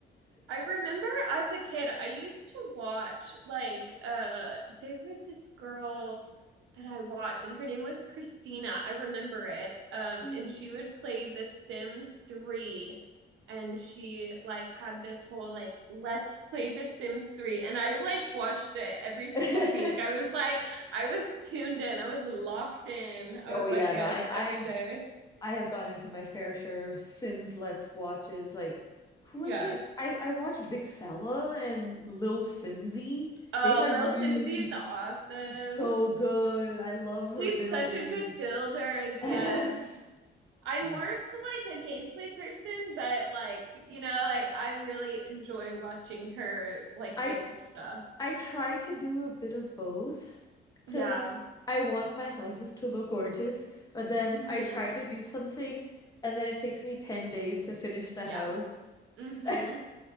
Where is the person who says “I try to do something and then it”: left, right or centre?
Left